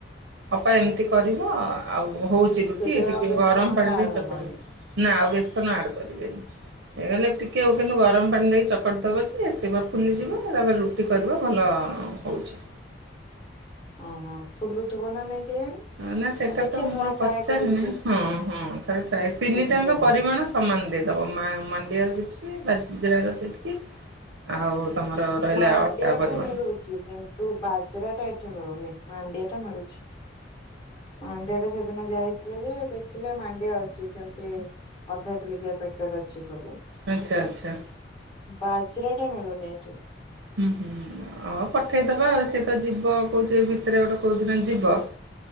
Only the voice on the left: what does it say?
ସେଥିରେ
ଆଉ ବେସନ
ଟା ଆଡ
ହବନି
ଓହୋ ଫୁଲୁ ଥିବ ନା ନାଇଁ କେଜାଣି?
ଦେଖିବା
ଥରେ
ଟ୍ରାଏ
କରିକି ଦେଖିବା
ଦେଖିବା।
ମାଣ୍ଡିଆ
ଟା ମିଳୁଛି କିନ୍ତୁ ବାଜରାଟା ଏଠି ମିଳୁନି। ମାଣ୍ଡିଆ ଟା ମିଳୁଛି। ମାଣ୍ଡିଆ ଟା ସେଦିନ ଯାଇଥିଲେ ଯେ ଦେଖିଲେ ମାଣ୍ଡିଆ ଅଛି ସେମତି ଅଧା କିଲିକିଆ ପାଖ କେଟ୍ ଅଛି ସବୁ।
ବାଜରାଟା ମିଳୁନ ଏଠି।